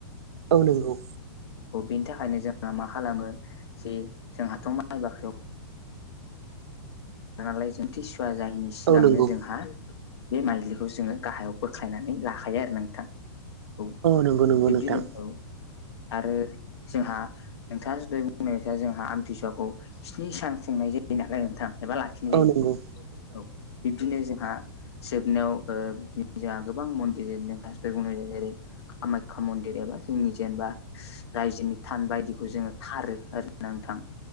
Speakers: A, on the right; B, on the left.
A: औ नंगौ।
B: औ बेनि थाखायनो जोंहा मा खालामो जे जोंहाथ' माइ बाख्रियाव नालाय जों थिसुवा जायैनि सिगांनो
A: औ नंगौ
B: जोंहा बे माइलिखौ जोङो गाहायाव बोख्लायनानै लाखायो आरो नोंथां। औ
A: नंगौ नंगौ
B: बिब्दिनो
A: नोंथां
B: औ आरो जोंहा नोंथाङा दहै बुंनाय बायसा जोंहा आमथिसुवखौ स्नि सान खुंनाय जायो नालाय नोंथां। एबा लाखिनाय जायो।
A: औ नंगौ
B: औ बिबदिनो जोंहा जोबनायाव बि जोंहा गोबां मन्दि <unintelligible> बुंनाय जायो जेरै कामाख्या मन्दिर एबा जोंनि जेनेबा रायजोनि थान बायदिखौ जोङो थारो आरो नोंथां।